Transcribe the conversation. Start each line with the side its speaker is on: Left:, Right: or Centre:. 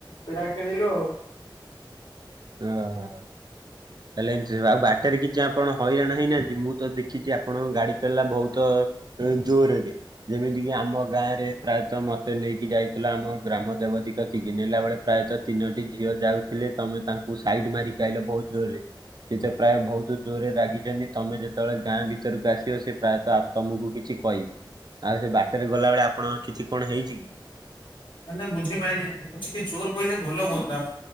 Left: ପେଡା କିଣିଲୁ ଆଉ। <inaudible>
Right: ଓ ହୋ।
Left: ହ
Right: ତାଲେ ଏମତି ଆଉ ବାଟରେ କିଛି ଆପଣ ହଇରାଣ ହେଇନାହାନ୍ତି ମୁଁ ତ ଦେଖିଛି ଆପଣଙ୍କ ଗାଡି ଚଲିଲା ବହୁତ ହ ଜୋରରେ। ଯେମିତି କିି ଆମ ଗାଁରେ ପ୍ରାୟତଃ ମତେ ନେଇକି ଯାଇଥିଲା ଆମ ଗ୍ରାମ ଦେବତୀ କତିକି ନେଲା ବେଳେ ପ୍ରାୟତଃ ତିନୋଟି ଝିଅ ଯାଉଥିଲେ ତମେ ତାଙ୍କ ସାଇଡ ମାରିକି ଆଇଲ ବହୁତ ଜୋରରେ ସେ ତ ପ୍ରାୟ ବହୁତ ଜୋରରେ ରାଗିଛନ୍ତି ତମେ ଯେତେବେଳେ ଗାଁ ଭିତ ଭିତରକୁ ଆସିବ ସେ ପ୍ରାୟତ ତମକୁ କିଛି କହିବେ। ଆଉ ସେ ବାଟରେ ଗଲାବେଳେ ଆପଣଙ୍କ କିଛି କଣ ହେଇଛି କି?
Left: ମାନେ ବୁଝିପାଇଲିିନି ଟିକେ ଜୋରରେ କହିଲେ ଭଲ ହୁଅନ୍ତା।